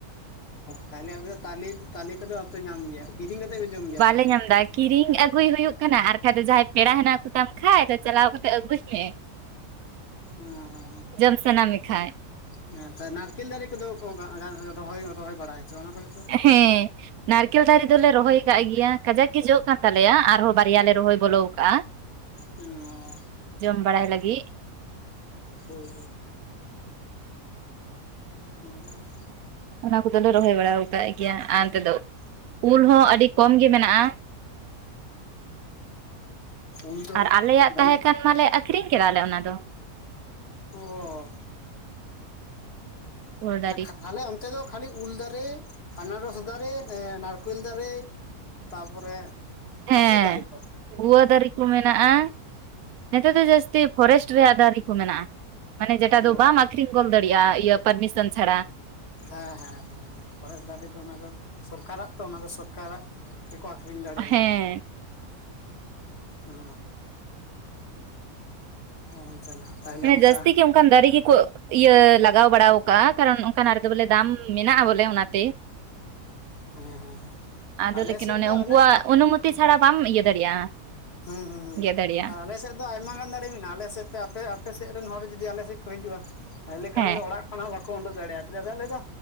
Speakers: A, on the left; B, on the right.
A: ᱛᱟᱦᱚᱞᱮ ᱟᱯᱮ ᱫᱚ ᱛᱟᱞᱮ ᱛᱟᱞᱮ ᱠᱚᱫᱚ ᱵᱟᱯᱮ ᱧᱟᱢ ᱜᱮᱭᱟ᱾ ᱠᱤᱨᱤᱧ ᱠᱟᱛᱮ ᱯᱮ ᱡᱚᱢ᱾ ᱜᱮᱭᱟ
B: ᱵᱟᱞᱮ
A: ᱥᱮ ᱪᱮᱫ
B: ᱧᱟᱢ ᱫᱟ ᱮᱠ ᱠᱤᱨᱤᱧ ᱟᱹᱜᱩᱭ ᱦᱩᱭᱩᱜ ᱠᱟᱱᱟ ᱟᱨᱠᱷᱟᱡ ᱫᱚ ᱡᱟᱦᱟᱸᱭ ᱯᱮᱲᱟ ᱦᱮᱱᱟᱜ ᱠᱚᱛᱟᱢ ᱠᱷᱟᱡ ᱪᱟᱞᱟᱣ ᱠᱟᱛᱮ ᱟᱹᱜᱩᱭ ᱢᱮ᱾
A: ᱚᱻᱚᱻ᱾
B: ᱡᱚᱢ ᱥᱟᱱᱟ ᱢᱮᱠᱷᱟᱡ
A: ᱦᱮᱸ <unintelligible> ᱱᱟᱨᱠᱮᱞ ᱫᱟᱨᱮ ᱠᱚᱫᱚ ᱠᱚ ᱜᱟᱜ ᱨᱚᱦᱚᱭ ᱨᱚᱦᱚᱭ ᱵᱟᱲᱟᱭ ᱪᱚ ᱚᱱᱟ ᱠᱚᱨᱮ ᱫᱚ᱾
B: ᱦᱮᱸᱻ᱾ ᱱᱟᱲᱠᱮᱞ ᱫᱟᱨᱮ ᱫᱚᱞᱮ ᱨᱚᱦᱚᱭ ᱟᱠᱟᱟᱜ ᱱᱟᱨᱠᱮᱞ ᱫᱟᱲᱮ ᱫᱚᱞᱮ ᱨᱚᱦᱚᱭ ᱟᱠᱟᱫ ᱜᱮᱭᱟ ᱠᱟᱡᱟᱠ ᱜᱮ ᱡᱚᱜ ᱠᱟᱱ ᱛᱟᱞᱮᱭᱟ ᱟᱨᱦᱚᱸ ᱵᱟᱨᱭᱟ ᱞᱮ ᱨᱚᱦᱚᱭ ᱵᱚᱞᱚ ᱟᱠᱟᱜᱼᱟ᱾
A: ᱚᱻ᱾
B: ᱡᱚᱢ ᱵᱟᱲᱟᱭ ᱞᱟᱹᱜᱤᱫ
A: ᱦᱳᱭ ᱦᱳᱭ ᱦᱩᱸᱻ᱾
B: ᱚᱱᱟ ᱠᱚᱫᱚ ᱞᱮ ᱨᱚᱦᱚᱭ ᱵᱟᱲᱟᱭ ᱟᱠᱟᱫ ᱜᱮᱭᱟ ᱟᱨ ᱚᱱᱛᱮ ᱫᱚ ᱩᱞ ᱦᱚᱸ ᱟᱹᱰᱤ ᱠᱚᱢ ᱜᱮ ᱢᱮᱱᱟᱜᱼᱟ᱾
A: ᱩᱞ ᱫᱚ
B: ᱟᱨ ᱟᱞᱮᱭᱟᱜ
A: ᱵᱟᱹᱱᱩᱜ
B: ᱛᱟᱦᱮᱸ ᱠᱟᱱ ᱢᱟᱞᱮ ᱟᱠᱷᱨᱤᱧ ᱠᱮᱫᱟᱞᱮ ᱚᱱᱟ ᱫᱚ᱾
A: ᱚᱻ᱾ <unintelligible>
B: ᱩᱞ ᱫᱟᱨᱮ
A: ᱛᱟᱦᱞᱮ ᱚᱱᱛᱮ ᱫᱚ ᱠᱷᱟᱞᱞᱤ ᱩᱞ ᱫᱟᱨᱮ ᱟᱱᱟᱨᱚᱥ ᱫᱟᱨᱮ ᱱᱟᱲᱠᱮᱞ ᱫᱟᱨᱮ᱾ ᱛᱟᱨ ᱯᱚᱨᱮ
B: ᱦᱮᱸ
A: ᱟᱨ ᱪᱮᱫ ᱫᱟᱨᱮ ᱠᱚ᱾
B: ᱜᱩᱣᱟᱹ ᱫᱟᱨᱮ ᱠᱚ ᱢᱮᱱᱟᱜᱼᱟ ᱱᱮᱛᱟᱨ ᱫᱚ ᱡᱟᱹᱥᱛᱤ ᱯᱷᱚᱨᱮᱥᱴ ᱨᱮᱭᱟᱜ ᱫᱟᱨᱮ ᱠᱚ ᱢᱮᱱᱟᱜᱼᱟ᱾ ᱢᱟᱱᱮ ᱡᱮᱴᱟ
A: ᱚ
B: ᱫᱚ ᱵᱟᱢ ᱟᱠᱷᱨᱤᱧ ᱜᱚᱫ ᱫᱟᱲᱮᱭᱟᱜᱼᱟ ᱤᱭᱟᱹ ᱯᱟᱨᱢᱤᱥᱚᱱ ᱪᱷᱟᱲᱟ᱾
A: ᱦᱮᱸ ᱦᱮᱸ ᱦᱮᱸᱦᱮᱸ ᱯᱷᱚᱨᱮᱥᱴ ᱫᱟᱨᱮ ᱫᱚ ᱚᱱᱟ ᱫᱚ ᱥᱚᱨᱠᱟᱨᱟᱜ ᱛᱚ ᱚᱱᱟ ᱫᱚ ᱥᱚᱨᱠᱟᱨᱟᱜ᱾ <unintelligible> ᱟᱠᱷᱨᱤᱧ ᱫᱟᱲᱮᱭᱟᱜᱼᱟ
B: ᱦᱮᱸ
A: ᱚᱱᱟ ᱫᱚ ᱚᱻ᱾ ᱚᱻ ᱡᱟᱞᱟ᱾ ᱛᱟᱦᱚᱞᱮ
B: ᱢᱟᱱᱮ
A: ᱚᱱᱠᱟ
B: ᱡᱟᱥᱛᱤ ᱜᱮ ᱩᱱᱠᱩ᱾ ᱚᱱᱠᱟᱱ ᱫᱟᱨᱮ ᱜᱮᱠᱩ ᱤᱭᱟᱹ ᱞᱟᱜᱟᱣ ᱵᱟᱲᱟ ᱠᱟᱜᱼᱟ ᱠᱟᱨᱚᱱ ᱚᱱᱠᱟᱱᱟᱜ ᱨᱮᱫᱚ ᱵᱚᱞᱮ ᱫᱟᱢ ᱢᱮᱱᱟᱜᱼᱟ ᱵᱚᱞᱮ ᱚᱱᱟ ᱛᱮ᱾
A: ᱦᱮᱸ ᱦᱮᱸ ᱦᱮᱸ
B: ᱟᱫᱚ
A: ᱟᱞᱮ
B: ᱞᱮᱠᱤᱱ
A: ᱥᱮᱫ
B: ᱚᱱᱮ
A: ᱫᱚ
B: ᱩᱱᱠᱩᱣᱟᱜ
A: ᱟᱞᱮ᱾
B: ᱚᱱᱩᱢᱚᱛᱤ ᱪᱷᱟᱲᱟ ᱵᱟᱢ ᱤᱭᱟᱹ ᱫᱟᱲᱮᱭᱟᱜᱼᱟ᱾
A: ᱦᱩᱸ ᱦᱩᱸ ᱦᱩᱸ
B: ᱜᱮᱫ ᱫᱟᱲᱮᱭᱟᱜᱼᱟ
A: ᱟᱨ ᱟᱞᱮ ᱥᱮᱫ᱾ ᱟᱭᱢᱟ ᱜᱟᱱ ᱫᱟᱲᱮ ᱢᱮᱱᱟᱜᱼᱟ ᱟᱞᱮ ᱥᱮᱫ ᱛᱮ ᱟᱯᱮ ᱟᱯᱮ ᱥᱮᱫ ᱨᱮᱱ ᱦᱚᱲ ᱡᱩᱫᱤ ᱟᱞᱮ ᱥᱮᱫ ᱠᱚ ᱦᱤᱡᱩᱜᱼᱟ᱾ ᱛᱟᱦᱚᱞᱮ ᱠᱷᱟᱱ
B: ᱦᱮᱸ
A: ᱫᱚ ᱚᱲᱟᱜ ᱠᱷᱚᱱ ᱦᱚᱸ ᱛᱟᱦᱟᱞᱮ ᱠᱷᱟᱱ ᱫᱚ ᱚᱲᱟᱜ ᱠᱷᱟᱱᱟᱜ ᱵᱟᱠᱚ ᱩᱰᱩᱜ ᱫᱟᱲᱮᱭᱟᱜᱼᱟ ᱛᱟᱦᱟᱞᱮ ᱫᱚ